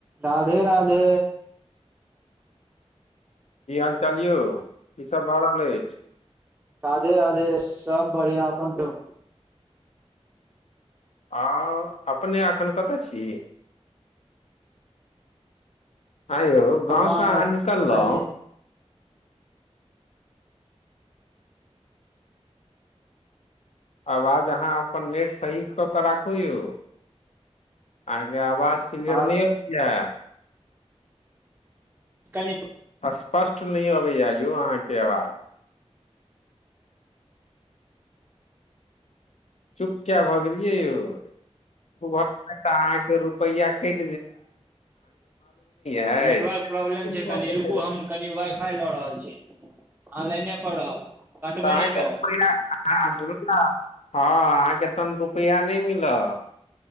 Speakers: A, on the right; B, on the left.
A: राधे-राधे।
B: की हाल-चाल यौ, की सब भऽ रहल एछ।
A: राधे-राधे सब बढ़ियाँ अपन कहु।
B: आ अपने एखन कता छी। हैंयौ गाँव
A: वर्तमान
B: से अहाँ
A: मे
B: निकलौ
A: कनि
B: अवाज अहाँ अपन नेट सही क के राखु यौ, अहां के अ वाज क्लियर
A: हँ
B: नै आबै या।
A: कनि
B: स्पष्ट नै आबै या यौ अहाँ के अवाज। चुप किया भऽ गेलियै यौ, चुप रहबै ते अहाँ के रुपैया कैट अछि
A: नेटवर्क प्रॉब्लम छै,
B: तऽ
A: कनि रुकु हम कनि वाइ-फाई लऽ रहल छी। अहाँ लेने पर रहब।
B: <unintelligible>
A: कटबै
B: हाँ
A: नहि कॉल
B: अहाँ के तहन रुपया नै मिला।